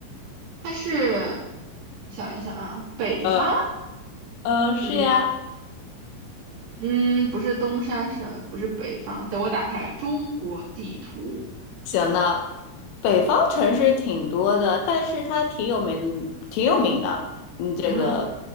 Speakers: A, on the right (about 60°); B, on the left (about 80°).
A: 它是想一下啊，北方，
B: 呃呃，是呀，
A: 嗯嗯，不是东三省，不是北方。等我打开中国地图，
B: 行呢，北方城市挺多的，但是它挺有名，挺有名的，嗯，这个
A: 嗯，